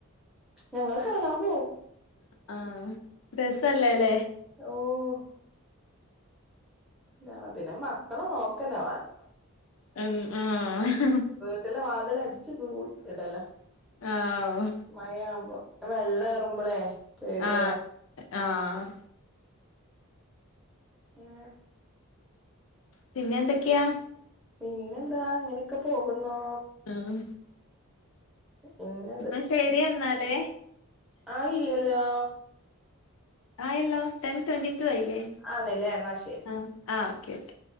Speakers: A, in the centre; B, on the left.
A: ഞങ്ങള് കാണാൻ പോവും.
B: ആഹ് രസല്ലേ ല്ലേ.
A: ഓഹ്. ല്ല്യാണ്. പിന്നെ മക്കളെ നോക്കന്നെ വേണ്ട.
B: എൻ ആഹ്
A: ട്ടിലെ വാതില് അട്ച്ച് പൂട്ട് ഇടലാ.
B: ആഹ്ഓഹ്
A: മഴാവുമ്പം വെള്ളം ഏറുമ്പളേ. പേടിയല്ലേ
B: ആഹ് ആഹ്.
A: ഏങ്ങനെ
B: പിന്നെന്തെക്കെയാ?
A: പിന്നെന്താ അങ്ങനെക്കെ പോകുന്നു.
B: ആഹ്.
A: പിന്ന്
B: ഇന്നാ ശെരി എന്നാലേ.
A: ആയില്ല്യല്ലോ.
B: ആയല്ലോ ടെൻ ട്വന്റി ടു ആയില്ലേ.
A: ആണ്ല്ലേ എന്നാ ശരി.
B: ആഹ് ആഹ് ഓക്കെ ഓക്കെ.